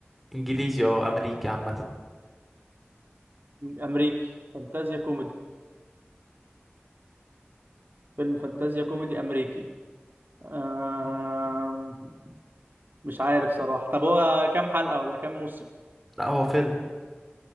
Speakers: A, in the centre; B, on the right.
A: انجليزي او امريكي عامة
B: امريكي فانتازيا كوميدي فيلم فانتازيا كوميدي امريكي أم... مش عارف صراحة طب هو كام حلقة ولا كام موسم
A: لا هو فيلم